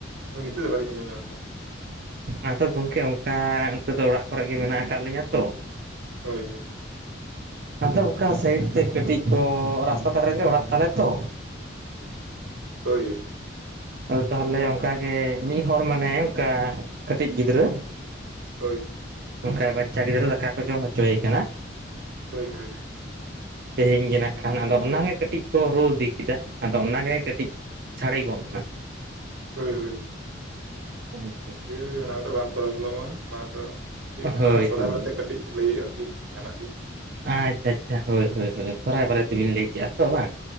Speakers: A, on the right; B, on the right.
A: ᱱᱤᱛᱚᱜ ᱫᱚ ᱵᱟᱞᱤᱧ ᱟᱸᱡᱚᱢ ᱧᱟᱢ ᱮᱫᱟ᱾
B: ᱟᱫᱚ ᱜᱚᱢᱠᱮ ᱚᱱᱠᱟ ᱤᱱᱠᱟᱹ ᱫᱚ ᱚᱲᱟᱜ ᱠᱚᱨᱮ ᱜᱮ ᱢᱮᱱᱟᱜ ᱠᱟᱜ ᱞᱤᱧᱟᱹ ᱛᱚ
A: ᱦᱳᱭ ᱦᱳᱭ᱾
B: ᱟᱫᱚ ᱚᱠᱟ ᱥᱟᱭᱤᱰ ᱛᱮ ᱠᱟᱹᱴᱤᱡ ᱠᱚ ᱨᱟᱥᱛᱟ ᱫᱷᱟᱨᱮ ᱨᱮᱜᱮ ᱚᱲᱟᱜ ᱛᱟᱞᱮ ᱛᱚ᱾
A: ᱦᱳᱭ
B: ᱟᱫᱚ ᱛᱟᱦᱚᱞᱮ ᱚᱱᱠᱟᱜᱮ ᱢᱤᱫ ᱦᱚᱲ ᱢᱟᱱᱮ ᱚᱱᱠᱟ ᱠᱟᱹᱴᱤᱡ ᱜᱤᱫᱽᱨᱟᱹ᱾
A: ᱦᱳᱭ,
B: ᱚᱱᱠᱟ ᱵᱟᱪᱪᱟ ᱜᱤᱫᱽᱨᱟᱹ ᱫᱟᱠᱟ ᱠᱚ ᱡᱚᱢ ᱦᱚᱪᱚᱭᱮ ᱠᱟᱱᱟ᱾
A: ᱦᱳᱭ ᱦᱳᱭ᱾
B: ᱛᱮᱦᱮᱧ ᱜᱮ ᱱᱟᱜ ᱠᱷᱟᱱ, ᱟᱫᱚ ᱚᱱᱟ ᱜᱮ ᱠᱟᱹᱴᱤᱡ ᱠᱚ ᱨᱩ ᱤᱫᱤ ᱠᱮᱫᱟ᱾ ᱟᱫᱚ ᱚᱱᱟᱜᱮ ᱠᱟᱹᱴᱤᱡ ᱪᱷᱲᱮ ᱜᱚᱫ ᱱᱟ᱾
A: ᱦᱳᱭ ᱦᱳᱭ,
B: ᱟᱪᱪᱷᱟ
A: ᱦᱩᱭ ᱚᱱᱟ ᱠᱚ ᱫᱚ ᱵᱟᱝ ᱯᱨᱚᱵᱽᱞᱮᱢᱚᱜ-ᱟ ᱢᱟ ᱟᱫᱚ, ᱪᱮᱜ
B: ᱟᱪᱪᱷᱟ
A: ᱚᱱᱟ
B: ᱦᱳᱭ
A: ᱥᱚᱨᱦᱟᱭ
B: ᱦᱳᱭ
A: ᱵᱟᱨᱮᱛ ᱠᱟᱹᱴᱤᱡ ᱞᱟᱹᱭᱟᱜ ᱵᱤᱱ ᱡᱟᱦᱟᱱᱟᱜ ᱜᱮ᱾
B: ᱟᱪᱪᱷᱟ ᱟᱪᱪᱷᱟ, ᱦᱳᱭ ᱦᱳᱭ ᱦᱳᱭ, ᱥᱚᱨᱦᱟᱭ ᱵᱟᱨᱮ ᱛᱮᱜᱮᱵᱤᱱ ᱞᱟᱹᱭ ᱠᱮᱜᱼᱟ ᱛᱚ ᱵᱟᱝ?